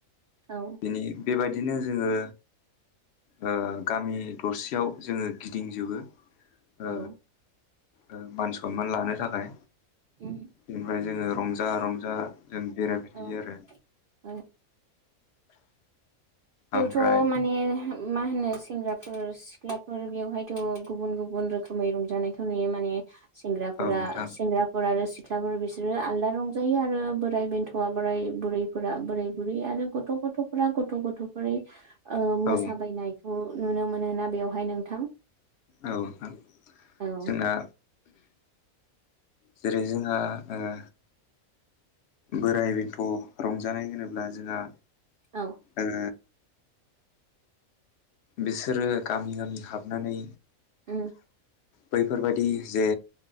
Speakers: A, on the right; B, on the left.
A: औ
B: बिनि बेबायदिनो जोङो ओ गामि दरसेयाव जोङो गिदिंजोबो ओ
A: औ
B: ओ मान सनमान लानो थाखाय
A: उम
B: बेनिफ्राय जोङो जा रंजा जों बेरायबाय थायो
A: औ
B: आरो।
A: औ बेयावथ'
B: ओमफ्राय
A: माने मा होनो सेंग्राफोर सिख्लाफोर बेवहायथ' गुबुन गुबुन रोखोमै रंजानायखौ नुयो माने सेंग्राफोरा
B: औ नोंथां
A: सेंग्राफोर आरो सि सिख्लाफोर बिसोरो आलदा रंजायो आरो बोराय बेन्थ'आ बोराय बुरैफोरा बोराय बुरै आरो गथ' गथ'फोरा गथ' गथ' फ्रै ओ मोसाबायनायखौ
B: औ
A: नुनो मोनो ना बेवहाय नोंथां
B: औ नोंथां
A: औ
B: जोंना जेरै जों दा ओ बोराय बेन्थ' रंजानाय होनोब्ला जोंहा
A: औ
B: ओ बिसोरो गामि गामि हाबनानै
A: ओम
B: बैफोरबादि जे